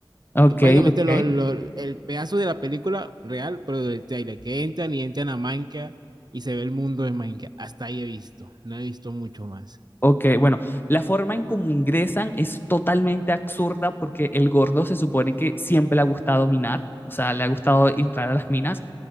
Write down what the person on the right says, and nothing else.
básicamente
lo- lo- el pedazo de la película real, pero del trailer, que entran y entran a Minecraft y se ve el mundo de Minecraft. Hasta ahí he visto, no he visto mucho más.